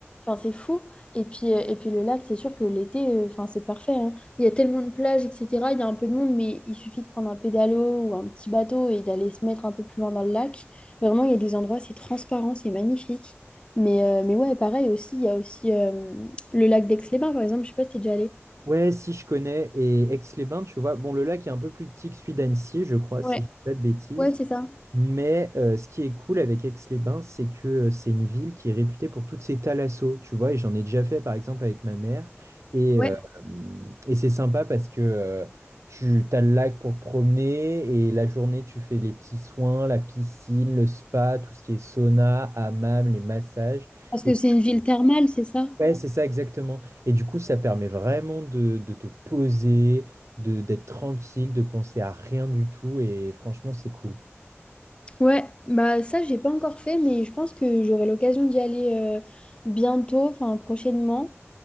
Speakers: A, on the left; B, on the right.
A: enfin, c'est fou. Et puis, euh, et puis le lac, c'est sûr que l'été, euh, enfin, c'est parfait. hein. Il y a tellement de plages, etc. Il y a un peu de monde, mais il suffit de prendre un pédalo ou un petit bateau et d'aller se mettre un peu plus loin dans le lac. Vraiment, il y a des endroits, c'est transparent, c'est magnifique. Mais, euh, mais ouais, pareil aussi, il y a aussi euh, le lac d'Aix-les-Bains, par exemple, je sais pas si t'es déjà allé.
B: Ouais, si je connais. Et Aix-les-Bains, tu vois. Bon, le lac est un peu plus petit que celui d'Annecy, je crois,
A: Ouais,
B: si je dis pas de bêtises.
A: ouais, c'est ça.
B: Mais euh, ce qui est cool avec Aix-les-Bains, c'est que euh, c'est une ville qui est réputée pour toutes ses thalassos, tu vois, et j'en ai déjà fait par exemple avec ma mère, et,
A: Ouais,
B: euh, et c'est sympa parce que euh, tu as le lac pour te promener, et la journée tu fais les petits soins, la piscine, le spa, tout ce qui est sauna, hammam, les massages,
A: Parce
B: et
A: que c'est une ville thermale, c'est ça?
B: ouais, c'est ça exactement, et du coup ça permet vraiment de, de te poser, de, d'être tranquille, de penser à rien du tout, et franchement c'est cool.
A: ouais. Bah ça, j'ai pas encore fait, mais je pense que j'aurai l'occasion d'y aller euh, bientôt, enfin prochainement.